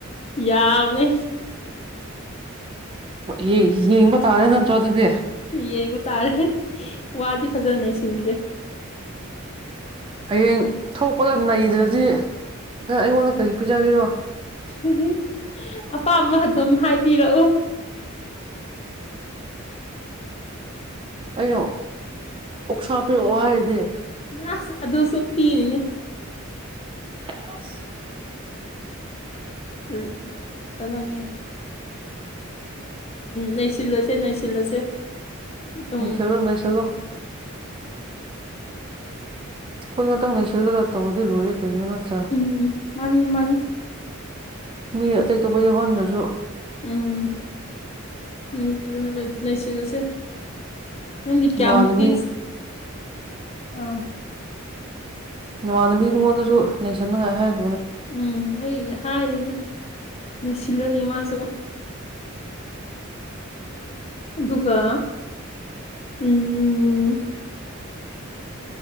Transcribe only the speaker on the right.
ꯌꯦꯡ ꯌꯦꯡꯕ ꯇꯥꯔꯦ ꯅꯁꯨꯣ ꯑꯗꯨꯗꯤ
ꯍꯌꯦꯡ ꯊꯣꯛꯄꯒ ꯅꯩꯗ꯭ꯔꯗꯤ ꯅꯪ ꯑꯩꯉꯣꯟꯗ ꯀꯔꯤ ꯄꯤꯖꯒꯔꯣ
ꯑꯩꯅ ꯑꯣꯛꯁꯥꯞꯄꯤꯤꯔꯛꯑꯣ ꯍꯥꯏꯔꯗꯤ
ꯍꯥꯁ
ꯅꯩꯁꯜꯂꯣ ꯅꯩꯁꯜꯂꯣ ꯑꯩꯈꯣꯏ ꯉꯥꯛꯇꯪ ꯅꯩꯁꯤꯜꯂꯒ ꯇꯧꯔꯗꯤ ꯂꯣꯏꯔꯦ ꯀꯔꯤꯅꯣ ꯅꯠꯇ꯭ꯔꯥ
ꯃꯤ ꯑꯇꯩ ꯇꯣꯞꯄ ꯌꯧꯍꯟꯗꯁꯨ
ꯅꯃꯥꯟꯅꯕꯤ
ꯏꯃꯥꯟꯅꯕꯤ ꯉꯣꯟꯗꯁꯨ ꯂꯩꯁꯟꯅꯉꯥꯏ ꯍꯥꯏꯔ